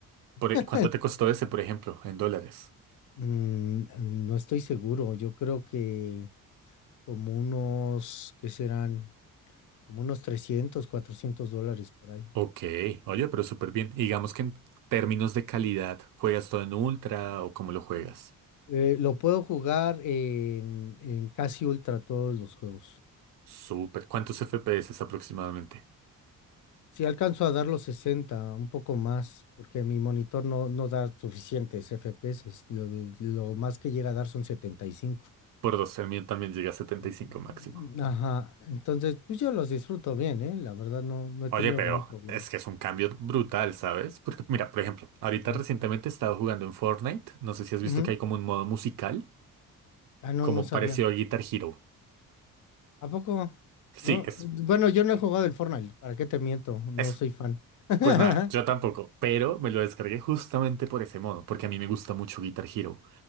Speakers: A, on the right (about 70°); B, on the left (about 60°).
A: Por e-
B: <laughs>
A: ¿cuánto te costó ese, por ejemplo, en dólares?
B: Mm, no estoy seguro, yo creo que como unos, ¿qué serán? como unos 300, 400 dólares por ahí.
A: Ok, oye, pero súper bien. Y Digamos que en términos de calidad, ¿juegas todo en ultra o cómo lo juegas?
B: Eh, lo puedo jugar en, en casi ultra todos los juegos.
A: Súper. ¿Cuántos FPS aproximadamente?
B: Si alcanzo a dar los 60, un poco más, porque mi monitor no, no da suficientes FPS. Lo, de- lo más que llega a dar son 75.
A: Por 12 mil también llega a 75
B: Mm,
A: máximo.
B: Ajá, entonces pues yo los disfruto bien, ¿eh? La verdad no, no he
A: Oye,
B: tenido
A: pero
B: gran problema.
A: es que es un cambio brutal, ¿sabes? Porque mira, por ejemplo, ahorita
B: Ujú.
A: recientemente he estado jugando en Fortnite. No sé si has visto
B: Ujú.
A: que hay como un modo musical,
B: Ah, no,
A: como
B: no sabía.
A: parecido a Guitar Hero.
B: ¿A poco?
A: Sí,
B: No,
A: es
B: bueno, yo no he jugado el Fortnite, ¿para qué te miento? No
A: eso.
B: soy fan. <laughs>
A: Pues nada, yo tampoco, pero me lo descargué justamente por ese modo, porque a mí me gusta mucho Guitar Hero.